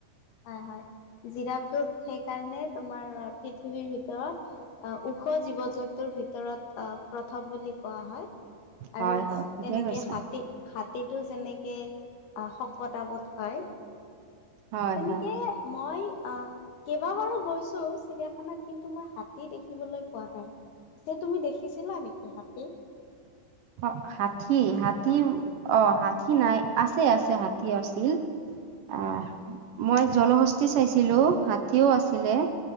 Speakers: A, on the left; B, on the right.
A: হয়-হয় জিৰাপটো সেইকাৰণে তোমাৰ অ'পৃথিৱীৰ ভিতৰত। ওখ জীৱ জন্তুৰ ভিতৰত প্ৰথম বুলি কোৱা হয়। আৰু
B: হয় হয় ঠিকেই
A: তেনেকে
B: কৈছা
A: হাতী- হাতীটো যেনেকৈ শকত-আপত হয়।
B: হয়
A: তেনেকে
B: হয়
A: মই আহ' কেইবাবাৰো গৈছোঁ চিৰিয়াখানাত কিন্তু মই হাতী দেখিবলৈ পোৱা নাই। পিছে তুমি দেখিছিলা নেকি হাতী।
B: অ' হাটী হাতী অ হাটী নাই। আছে আছে হাতী আছিল। আহ' মই জলহস্তি চাইছিলোঁ, হাতীও আছিলে-